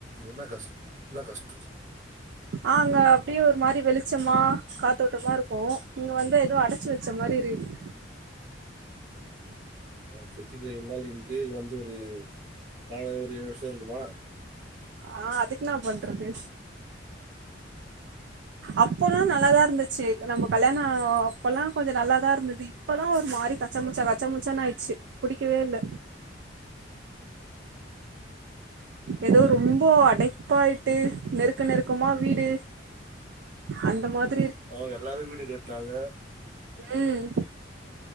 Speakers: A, on the right; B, on the right.
A: என்ன கஷ் என்ன கஷ்டோ
B: அங்க அப்படியே ஒரு மாரி அப்படி வெளிச்சமா காத்தோட்டமா இருக்கும் ஓ இங்க வந்து எதோ அடைச்சு வச்ச மாரி இருக்குது
A: ஆ சிட்டிக்குள்ள இவளோ நாள் இருண்டு வந்து இ ஒரு நாலு அல்லது ஏழு வருஷம் இருக்குமா
B: ஆஹ் அதுக்கு நான் பண்றது அப்பல்லா நல்லாதான் இருந்துச்சு நம்ம கல்யாணம் அப்பல்லா கொஞ்சம் நல்லாதான் இருந்தது இப்பல்லா ஒரு மாறி கச்ச முச்சா கச்ச முச்சானு ஆயிடுச்சு புடிக்கவே இல்ல ஏதோ ரொம்ப அடைப்பாயிட்டு நெருக்க நெருக்கமா வீடு அந்த மாரி
A: அவங்க எல்லாரும் வீடு கட்டறாங்க
B: உம்